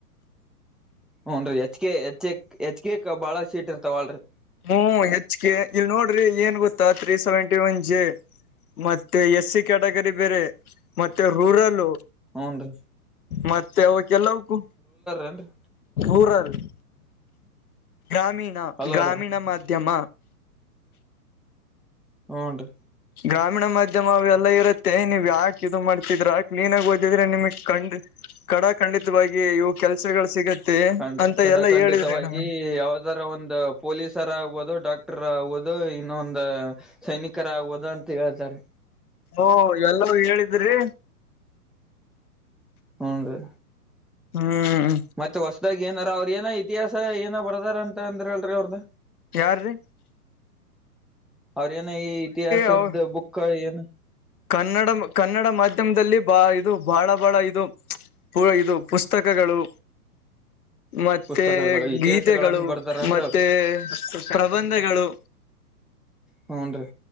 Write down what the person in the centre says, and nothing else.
ಹುನ್ರಿ ಹೆಚ್ ಕೆ ಹೆ ಹೆಚ್ ಕೆ ಬಾಳ ಸೀಟ್ ಇರ್ತಾವಳರಿ
ಹ್ನ್ ರೀ
ಏನ್ರಿ
ಹಲೋ
ರೀ
ಹ್ನ್ ರೀ
ಖಂಡ
ಕಡ
ಖಂಡಿತವಾಗಿ
ಯಾವ್ದಾರ ಒಂದು ಪೊಲೀಸರ ಆಗ್ಬಹುದು ಡಾಕ್ ಟರ್ ಆಗದು ಇನ್ನೊಂದ ಸೈನಿಕರ ಆಗದು ಅಂತ ಹೇಳ್ತಾರೆ
ಹ್ನ್ ರೀ
ಮತ್ತೆ ಹೊಸದಾಗ ಏನಾರ ಅವ್ರ ಏನ ಇತಿಹಾಸ ಏನ ಬರದಾರ ಅಂತ ಅಂದ್ರ ಹೇಳರಿ ಅವ್ರದ
ಅವ್ರೇಏನ ಈ ಇತಿಹಾಸದ
ಬುಕ್ ಏನು
ಪುಸ್ತಕಗಳು ಇತಿಹಾಸಗಳನ್ನ
ಬರ್ದಾರನ್ರಿ
ಅವ್ರು
ಹು ಅಂನ್ರಿ